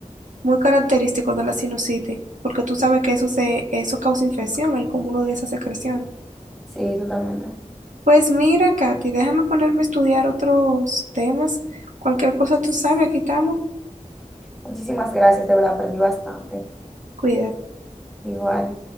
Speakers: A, on the right; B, in the centre.
A: muy característico de la sinusitis, porque tú sabes que eso, se, eso causa infección, el cúmulo de esas secreciones.
B: Sí, totalmente.
A: Pues mira, Katy, déjame ponerme a estudiar otros temas. Cualquier cosa tú sabes, aquí estamos.
B: Muchísimas gracias, de verdad, aprendí bastante.
A: Cuídate.
B: Igual.